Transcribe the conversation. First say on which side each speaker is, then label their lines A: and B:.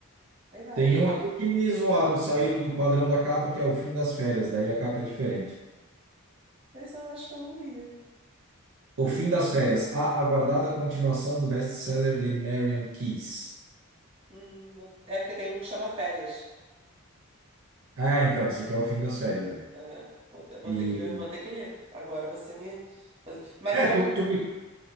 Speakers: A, on the right; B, on the right.
A: Tem vários.
B: Tem um aqui que zoaram, saíram do padrão da capa, que é o fim das férias, daí a capa é diferente.
A: Mas eu acho que eu não li.
B: O fim das férias, a aguardada continuação do best-seller de Marian Keyes.
A: Hum, é porque tem um que chama Férias.
B: Ah, então, isso aqui é o fim das férias, né?
A: É, vou ter, vou
B: E...
A: ter que, vou ter que ler. Agora você me. Mas
B: É,
A: é
B: tu,
A: um,
B: tu me...